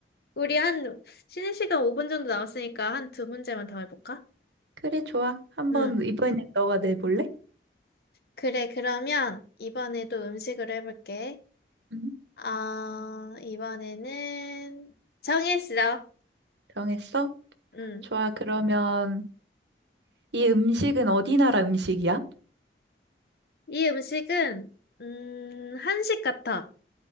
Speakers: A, on the left; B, on the right.
A: 우리 한 쉬는 시간 5분 정도 남았으니까 한 두 문제만 더 해볼까?
B: 그래, 좋아. 한번
A: 응.
B: 이번엔 너가 내볼래?
A: 그래, 그러면 이번에도 음식으로 해볼게.
B: 응,
A: 아, 이번에는 정했어.
B: 정했어?
A: 응.
B: 좋아. 그러면 이 음식은 어디 나라 음식이야?
A: 이 음식은 음, 한식 같아.